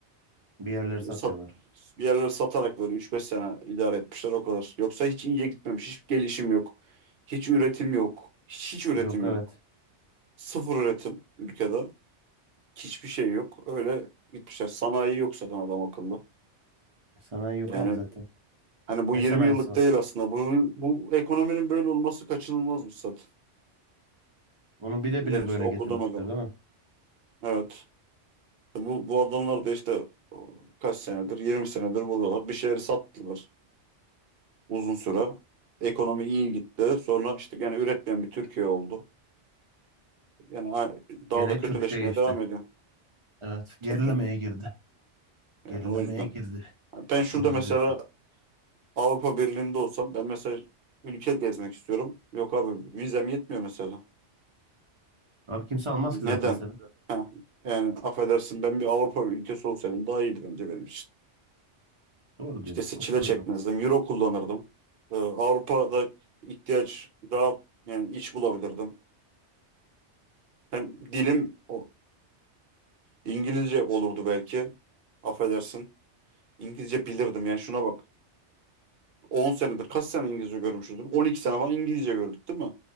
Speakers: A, on the right; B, on the right.
A: bir yerleri satıyorlar.
B: sat, bir yerlere satarak böyle üç beş sene idare etmişler o kadar. Yoksa hiç iyiye gitmemiş. Hiç gelişim yok. Hiç üretim yok. Hiç, hiç üretim
A: Yok evet.
B: yok. Sıfır üretim ülkede. Hiçbir şey yok. Öyle gitmişler. Sanayi yok zaten adam akıllı.
A: Sanayi yok
B: Yani
A: abi zaten.
B: hani bu
A: Ne
B: 20
A: sanayisi
B: yıllık
A: var?
B: değil aslında. Bu, bu ekonominin böyle olması kaçınılmazmış zaten.
A: Onu bile
B: Benim
A: bile böyle
B: okuduğuma
A: getirmişler
B: göre.
A: değil mi?
B: Evet. Bu, bu adamlar da işte o, kaç senedir? yirmi senedir buradalar. Bir şeyleri sattılar. uzun süre. Ekonomi iyi gitti. Sonra işte gene üretmeyen bir Türkiye oldu. Yani a- daha
A: Gene
B: da kötüleşmeye
A: çöküşe geçti.
B: devam ediyor.
A: Evet. Gerilemeye
B: Tabii canım.
A: girdi. Gerilemeye
B: Yani o yüzden.
A: girdi.
B: Yani Ben şurada
A: Doğru
B: mesela
A: diyorsun.
B: Avrupa Birliği'nde olsam ben mesela ülke gezmek istiyorum. Yok abi vizem yetmiyor mesela.
A: Abi kimse almaz
B: Neden?
A: ki zaten seni.
B: Heh, yani affedersin ben bir Avrupa ülkesi olsaydım daha iyiydi bence benim için.
A: Doğru diyorsun.
B: İşte se-
A: O
B: çile
A: konuda
B: çekmezdim.
A: da haklısın.
B: Euro kullanırdım. Ee, Avrupa'da ihtiyaç daha yani iç bulabilirdim. Hem dilim o- İngilizce olurdu belki. Affedersin. İngilizce bilirdim. Yani şuna bak. 10 senedir kaç sene İngilizce görmüşüzdür? 12 sene falan İngilizce gördük değil mi?